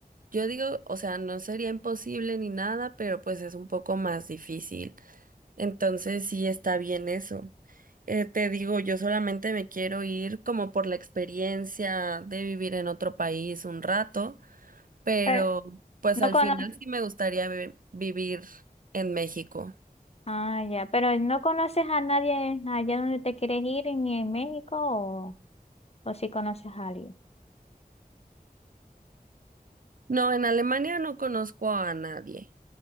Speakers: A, on the right (about 60°); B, on the left (about 40°).
A: yo digo, o sea, no sería imposible ni nada, pero pues es un poco más difícil. Entonces sí está bien eso. Eh, te digo, yo solamente me quiero ir como por la experiencia de vivir en otro país un rato, pero
B: Eh,
A: pues
B: No
A: al
B: cono
A: final sí me gustaría vi- vivir en México.
B: ah, ya, pero no conoces a nadie allá donde te quieres ir, ni en México, o, o si conoces a alguien.
A: No, en Alemania no conozco a nadie.